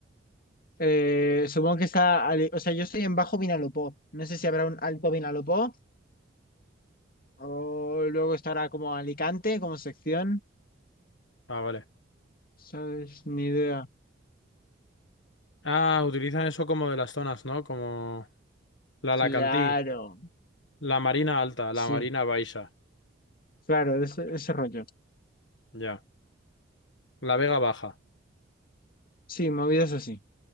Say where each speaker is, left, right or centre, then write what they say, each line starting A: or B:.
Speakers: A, on the left; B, on the left.
A: eh, supongo que está, ali- o sea, yo estoy en Bajo Vinalopó. No sé si habrá un Alto Vinalopó o luego estará como Alicante como sección.
B: Ah, vale.
A: ¿Sabes? Ni idea.
B: Ah, utilizan eso como de las zonas, ¿no? Como la Alacantí,
A: Claro.
B: la Marina Alta,
A: Sí,
B: la Marina Baixa,
A: claro, de ese, ese rollo.
B: ya. La Vega Baja,
A: Sí, movidas así.